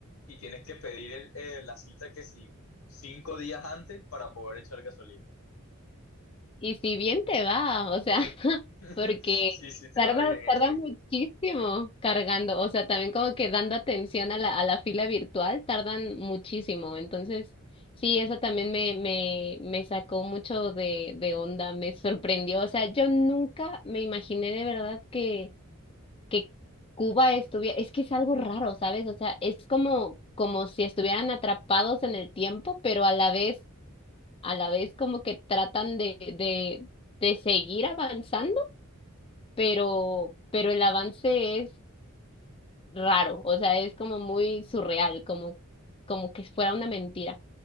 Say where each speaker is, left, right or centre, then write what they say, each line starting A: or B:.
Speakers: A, on the left; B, on the left.
A: y tienes que pedir el- eh, la cita que sí, cinco días antes para poder echar gasolina.
B: Y si bien te va, o sea, <laughs>
A: <laughs>
B: porque
A: Sí, sí, te
B: tarda,
A: va bien,
B: tarda
A: exacto.
B: muchísimo cargando, o sea, también como que dando atención a la, a la fila virtual, tardan muchísimo. Entonces, sí, eso también me, me, me sacó mucho de, de onda, me sorprendió. O sea, yo nunca me imaginé de verdad que, que Cuba estuviera, es que es algo raro, ¿sabes? O sea, es como, como si estuvieran atrapados en el tiempo, pero a la vez a la vez como que tratan de, de, de seguir avanzando, pero, pero el avance es raro, o sea, es como muy surreal, como, como que fuera una mentira.